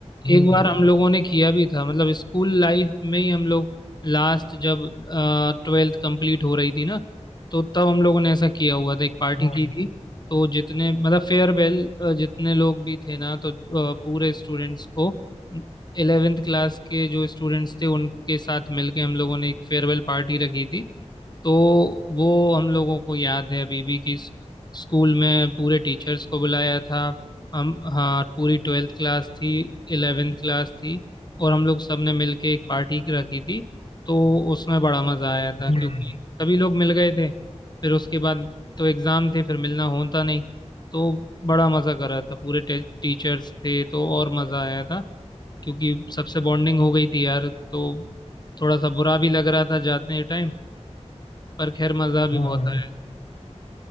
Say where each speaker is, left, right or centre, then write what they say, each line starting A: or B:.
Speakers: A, on the left; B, on the left.
A: हम्म
B: एक बार हम लोगों ने किया भी था मतलब स्कूल लाइफ में ही हम लोग लास्ट जब ट्वेल्थ कंप्लीट हो रही थी ना तो तब हम लोगों ने ऐसा किया हुआ था एक पार्टी
A: हाँ
B: की थी तो जितने मतलब फेयरवेल जितने लोग भी थे ना तो अ, पूरे स्टूडेंट्स को इलेवेंथ क्लास के जो स्टूडेंट्स थे उनके साथ मिलके हम लोगों ने एक फेयरवेल पार्टी रखी थी तो वो हम लोगों को याद है अभी भी कि स- स्कूल में पूरे टीचर्स को बुलाया था हम हाँ पूरी ट्वेल्थ क्लास थी इलेवेंथ क्लास थी और हम लोग सब ने मिल के एक पार्टी रखी थी तो उसमें बड़ा मज़ा आया था
A: हाँ
B: क्योंकि सभी लोग मिल गए थे फिर उसके बाद तो एग्ज़ाम थे फिर मिलना होता नहीं तो बड़ा मज़ा करा था पूरे टीचर्स थे तो और मज़ा आया था क्योंकि सबसे बॉन्डिंग हो गई थी यार तो थोड़ा सा बुरा भी लग रहा था जाते टाइम पर खैर मज़ा भी
A: हाँ।
B: बहुत आया